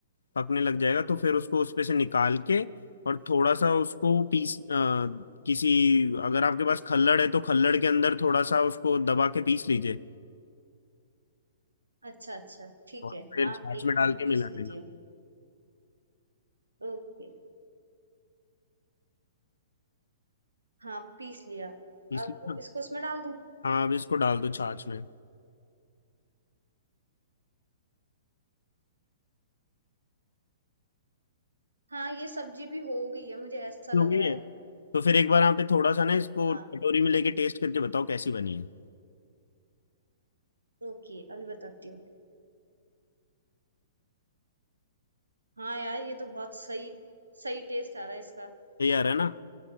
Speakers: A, on the left (about 70°); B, on the right (about 85°).
A: पकने लग जाएगा तो फिर उसको उसमें से निकाल के और थोड़ा सा उसको पीस अ, किसी अगर आपके पास खल्लड़ है तो खल्लड़ के अंदर थोड़ा सा उसको दबा के पीस लीजिए
B: अच्छा अच्छा ठीक
A: और
B: है
A: फिर
B: हाँ
A: छाछ
B: एक
A: में डाल
B: मिनट
A: के
B: पीस
A: मिला
B: लेती
A: देना
B: हूँ ओके हाँ पीस लिया
A: पीस
B: अब
A: लीजिए
B: वो-
A: ना।
B: इसको उसमें डाल दूँ
A: हाँ अब इसको डाल दो छाछ में
B: हाँ ये सब्जी भी हो गई है मुझे ऐसा लग
A: हो गई
B: रहा
A: है
B: है
A: तो फिर एक बार आप पे थोड़ा सा ना इसको
B: हाँ
A: कटोरी में लेके टेस्ट करके बताओ कैसी बनी है
B: ओके अभी बताती हूँ हाँ यार ये तो बहुत सही सही टेस्ट आ रहा है इसका
A: तैयार है ना